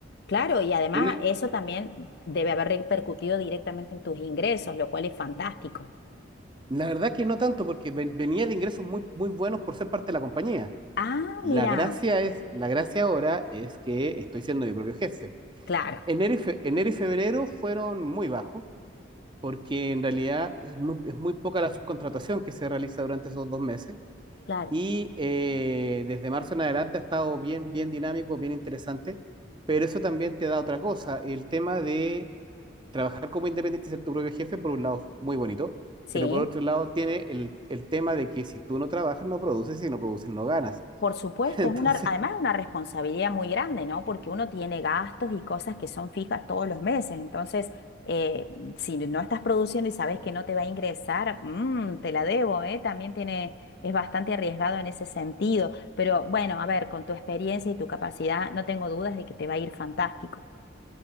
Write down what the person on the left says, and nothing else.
Claro, y además
eso también debe haber repercutido directamente en tus ingresos, lo cual es fantástico.
Ah,
mira,
claro,
claro.
Sí,
Por supuesto,
es una, además es una responsabilidad muy grande, ¿no? Porque uno tiene gastos y cosas que son fijas todos los meses. Entonces, eh, si no estás produciendo y sabes que no te va a ingresar, mm, te la debo, ¿eh? También tiene, es bastante arriesgado en ese sentido. Pero bueno, a ver, con tu experiencia y tu capacidad, no tengo dudas de que te va a ir fantástico.